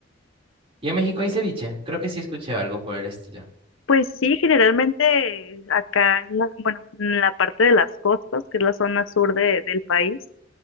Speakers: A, on the right; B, on the left.
A: ¿Y en México hay ceviche? Creo que sí escuché algo por el estilo.
B: Pues sí, generalmente acá, la- bueno, en la parte de las costas, que es la zona sur de- del país.